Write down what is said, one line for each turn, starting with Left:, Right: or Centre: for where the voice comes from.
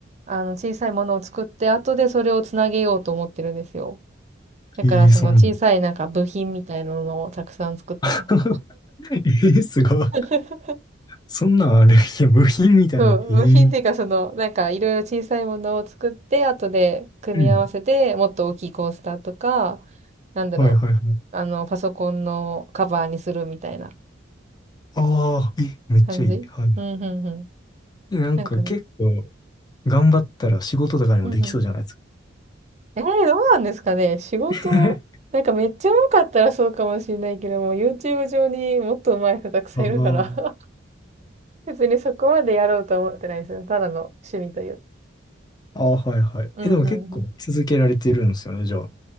Right: あの、小さいものを作って、後でそれをつなげようと思ってるんですよ。だからその小さいなんか部品みたいなのをたくさん作ってます。
Left: ええそんな。<laughs> ええすごい。
Right: <laughs>
Left: そんなんある。いや、部品みたいな。
Right: そう、部品っていうかその、
Left: ええ
Right: なんかいろいろ小さいものを作って、後で組み合わせて、
Left: うん。
Right: もっと大きいコースターとか、なんだろう、
Left: はいはいはい。
Right: あの、パソコンのカバーにするみたいな
Left: ああ、え、めっちゃいい。
Right: 感じうん、
Left: はいは
Right: うん、うん。
Left: い。なんか結構
Right: なんかね。
Left: 頑張ったら仕事とかにもできそうじゃないですか。
Right: うん、うん。えー、どうなんですかね。仕事、
Left: <laughs>
Right: なんかめっちゃ上手かったらそうかもしれないけども、YouTube 上にもっと上手い人たくさんいるから
Left: あの、
Right: <laughs> 別にそこまでやろうとは思ってないですよ。ただの趣味という。
Left: ああ、はいはい。
Right: うん、
Left: え、でも結構続けられてるんですよね、
Right: うん、うん。
Left: じゃあ。